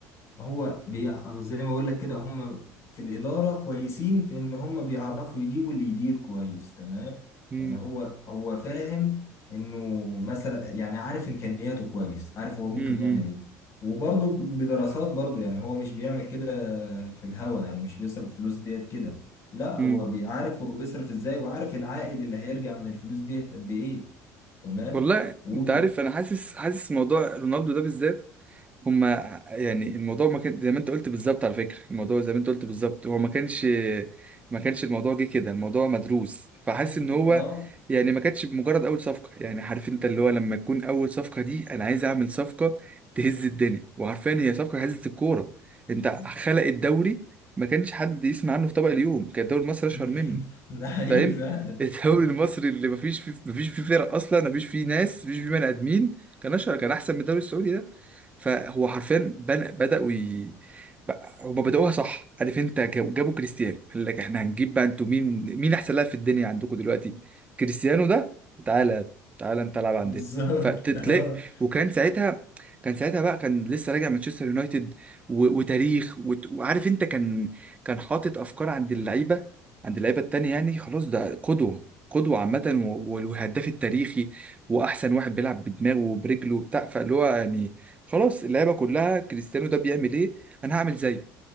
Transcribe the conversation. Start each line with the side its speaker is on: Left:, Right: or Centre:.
Left: هو بيع... زي ما بقول لك كده هم في الإدارة كويسين في إن هم بيعرفوا يجيبوا اللي يدير كويس تمام
Right: مم،
Left: يعني هو هو فاهم إنه مثلا يعني عارف إمكانياته كويس عارف هو ممكن
Right: مم،
Left: يعمل
Right: مم،
Left: إيه وبرضه بدراسات برضه يعني هو مش بيعمل كده في الهوا يعني مش بيصرف الفلوس ديت كده لا
Right: مم.
Left: هو بيعرف هو بيصرف إزاي وعارف العائد اللي هيرجع من الفلوس ديت قد إيه تمام
Right: والله
Left: و...
Right: انت عارف انا حاسس حاسس موضوع رونالدو ده بالذات هما يعني الموضوع ما كان زي ما انت قلت بالظبط على فكرة الموضوع زي ما انت قلت بالظبط هو ما كانش ما كانش الموضوع جه كده الموضوع مدروس فحاسس
Left: مم.
Right: ان هو يعني ما كانتش بمجرد اول صفقة يعني عارف انت اللي هو لما تكون اول صفقة دي انا عايز اعمل صفقة تهز الدنيا وعارفين هي صفقة هزت الكورة انت
Left: آه
Right: خلق الدوري ما كانش حد يسمع عنه في طبق اليوم كان الدوري المصري اشهر
Left: <laughs>
Right: منه
Left: ده حقيقي
Right: فاهم
Left: فعلا
Right: الدوري
Left: اه
Right: المصري اللي مفيش فيه مفيش فيه فرق اصلا مفيش فيه ناس مفيش فيه بني ادمين كان اشهر كان احسن من الدوري السعودي ده فهو حرفيا بن- بداوا ي... هما بدأوها صح عارف انت جاب- جابوا كريستيانو قال لك احنا هنجيب بقى انتوا مين مين احسن لاعب في الدنيا عندكم دلوقتي كريستيانو ده تعالى تعالى انت العب عندنا
Left: بالظبط
Right: فتلاقي
Left: اه
Right: وكان ساعتها كان ساعتها بقى كان لسه راجع مانشستر يونايتد و... وتاريخ وت... وعارف انت كان كان حاطط افكار عند اللعيبه عند اللعيبه التانية يعني خلاص ده قدوه قدوه عامه و- والهداف التاريخي واحسن واحد بيلعب بدماغه وبرجله وبتاع فاللي هو يعني خلاص اللعيبه كلها كريستيانو ده بيعمل ايه انا هعمل زيه